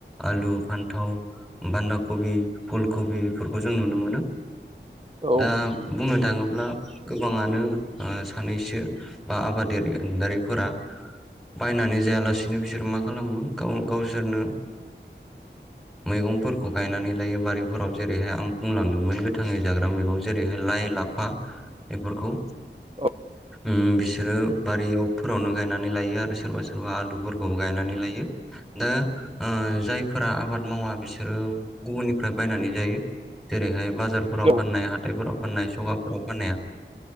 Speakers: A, in the centre; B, on the right (about 30°).
A: आलु फान्थाव बान्दा कबि फुल कबि बेफोरखौ जों नुनो मोनो।
B: औ
A: दा बुंनो थाङोब्ला गोबाङानो सानैसो। बा आबादारिारिफोरा। बायनानै जायालासिनो बिसोर मा खालामो गाव-गावसोरनो मैगंफोरखौ गायनानै लायो बारिफोराव जेरैहाय आं बुंलांदोंमोन गोथाङै जाग्रा मैगं जेरैहाय लाइ लाब फा बेफोरखौ।
B: औ
A: ओम बिसोरो बारियावफोरावनो गायनानै लायो आरो सोरबा सोरबा आलुफोरखौबो गायनानै लायो। दा ओम जायफोरा आबाद मावा बिसोरो गुबुननिफ्राय बायनानै जायो जेरैहाय बाजार फोराव
B: औ
A: फाननाय हाथाइफोराव फाननाय सगाफोराव फाननाया।